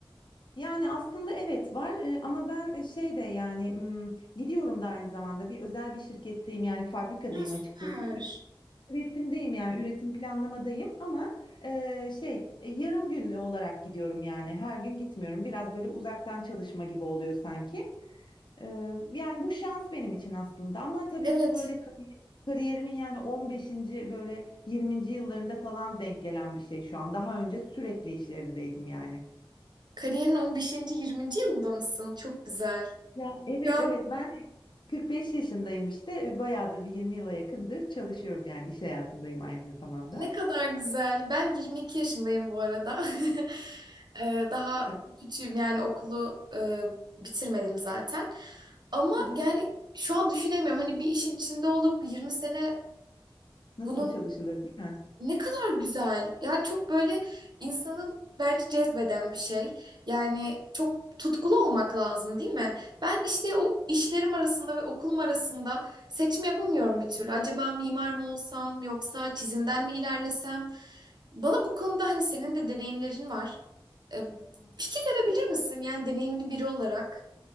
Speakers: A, on the left; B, on the right.
A: Yani aslında evet var e, ama ben e, şey de yani hmm, gidiyorum da aynı zamanda bir özel bir şirketteyim yani fabrikadayım
B: Ya süper.
A: açıkçası. Üretimdeyim yani üretim planlamadayım ama eee, şey e, yarım günlü olarak gidiyorum yani her gün gitmiyorum biraz böyle uzaktan çalışma gibi oluyor sanki Eee, yani bu şans benim için aslında ama tabii
B: Evet.
A: bu böyle kari- kariyerimin yani 15. böyle 20. yıllarında falan denk gelen bir şey şu an daha önce sürekli işlerindeydim yani.
B: Kariyerin 15. yirminci yılında mısın? Çok güzel.
A: Ya evet
B: Ya
A: evet ben 45 yaşındayım işte bayağıdır bir 20 yıla yakındır çalışıyorum yani iş hayatındayım aynı zamanda.
B: ne kadar güzel. Ben 22 yaşındayım bu arada. <laughs> Ee, daha
A: Evet.
B: küçüğüm yani okulu e, bitirmedim zaten. Ama
A: Hı hı.
B: yani şu an düşünemiyorum. Hani bir işin içinde olup 20 sene
A: Nasıl
B: bunun
A: çalışılır değil mi?
B: ne kadar güzel. Yani çok böyle insanın bence cezbeden bir şey. Yani çok tutkulu olmak lazım değil mi? Ben işte o işlerim arasında ve okulum arasında seçim yapamıyorum bir türlü. Acaba mimar mı olsam yoksa çizimden mi ilerlesem? Bana bu konuda hani senin de deneyimlerin var. E,
A: Hı hı.
B: fikir verebilir misin? Yani deneyimli biri olarak.